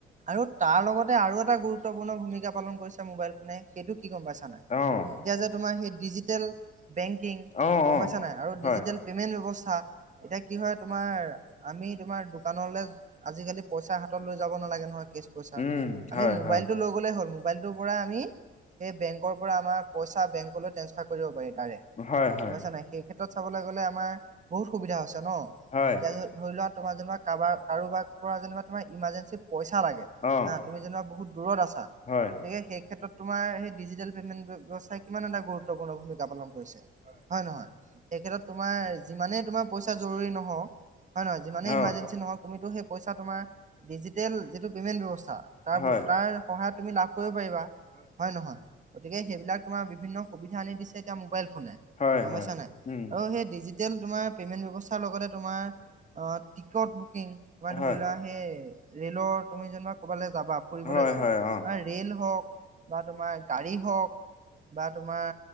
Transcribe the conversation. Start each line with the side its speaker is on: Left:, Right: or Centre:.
Right: আৰু তাৰ লগতে আৰু এটা গুৰুত্বপূৰ্ণ ভূমিকা পালন কৰিছে মোবাইল ফোনে, সেইটো কি গম পাইছানে নাই?
Left: অ'।
Right: এতিয়া যে তোমাৰ সেই ডিজিটেল বেংকিং
Left: অ
Right: গম
Left: অ
Right: পাইছানে নাই আৰু
Left: হয়
Right: ডিজিটেল পেমেণ্ট ব্যৱস্থা, এতিয়া কি হয় তোমাৰ আমি তোমাৰ দোকানলৈ আজিকালি পইচা হাতত লৈ যাব নালাগে নহয় কেচ পইচা,
Left: উম
Right: আমি
Left: হয়
Right: মোবাইল
Left: হয়
Right: টো লৈ গ'লে হ'ল। মোবাইলটোৰ পৰাই আমি সেই বেংকৰ পৰা আমাৰ পইচা বেংকলৈ ট্ৰেন্ঞ্চফাৰ কৰিব পাৰি তাৰে
Left: হয়
Right: গম
Left: হয়
Right: পাইছা নাই, সেই ক্ষেত্ৰত চাবলৈ গ'লে আমাৰ বহুত সুবিধা হৈছে ন',
Left: হয়
Right: এতিয়া যদি ধৰি লোৱা তোমাৰ যেনিবা কাৰোবাৰ-কাৰোবাৰ পৰা যেনিবা তোমাৰ ইমাৰজেঞ্চি পইচা লাগে
Left: অ'।
Right: হা তুমি যেনিবা বহুত দূৰত আছা
Left: হয়।
Right: গতিকে সেই ক্ষেত্ৰত তোমাৰ সেই ডিজিটেল পেমেণ্ট ব্যৱসায় কিমান এটা গুৰুত্বপূৰ্ণ ভূমিকা পালন হৈছে হয় নহয়? এই ক্ষেত্ৰত তোমাৰ যিমানেই তোমাৰ পইচা জৰুৰী নহওক হয় নহয়, যিমানেই
Left: অ
Right: ইমাৰ্জেঞ্চি নহওক তুমিতো সেই পইচা তোমাৰ ডিজিটেল যিটো পে'মেণ্ট ব্যৱস্থা তাৰ
Left: হয়
Right: ব তাৰ সহায়ত তুমি লাভ কৰিব পাৰিবা। হয় নহয় গতিকে সেইবিলাক তোমাৰ বিভিন্ন সুবিধা আনি দিছে এতিয়া মোবাইল ফোনে।
Left: হয়
Right: গম
Left: হয়
Right: পাইছা নাই
Left: উম
Right: আৰু সেই ডিজিটেল তোমাৰ পেমেণ্ট ব্যৱস্থাৰ লগতে তোমাৰ অ টিকট বুকিং, তোমাৰ ধৰি
Left: হয়
Right: লোৱা সেই ৰেলৰ তুমি যেনিবা বালে যাবা ফুৰিবলৈ
Left: হয়
Right: যাবা
Left: হয় অ
Right: বা ৰেল হওক বা তোমাৰ গাড়ী হওক বা তোমাৰ